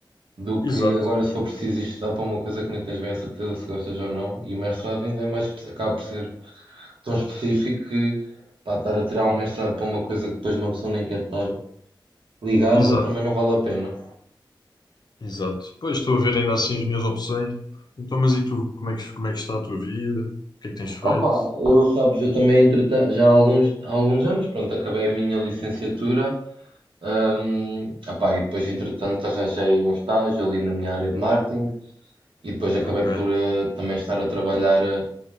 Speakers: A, on the right; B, on the left.
A: do
B: Exato,
A: que agora se for preciso estudar para uma coisa que nem tens bem a certeza se gostas ou não, e o mestrado ainda é mais, espe- acaba por ser tão específico que pá, estar a tirar um mestrado para uma coisa que depois uma pessoa nem quer estar ligado
B: exato,
A: também não vale a pena.
B: exato. Pois estou a ver ainda assim as minhas opções. Então, mas e tu? Como é que, como é que está a tua vida? O que é que tens feito?
A: Opa, eu sabes, eu também entretanto, já há alguns, há alguns anos, pronto, acabei a minha licenciatura, hum, opá, e depois entretanto arranjei um estágio ali na minha área de marketing e depois acabei
B: Ok,
A: por eh, também estar a trabalhar, eh,